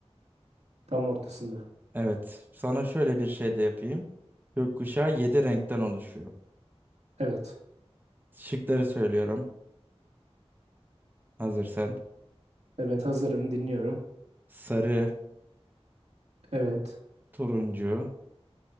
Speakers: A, on the right; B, on the right.
A: tam ortasında.
B: Evet. Sana şöyle bir şey de yapayım. Gökkuşağı 7 renkten oluşuyor.
A: Evet.
B: Şıkları söylüyorum. Hazır sen.
A: Evet hazırım dinliyorum.
B: Sarı,
A: Evet.
B: turuncu,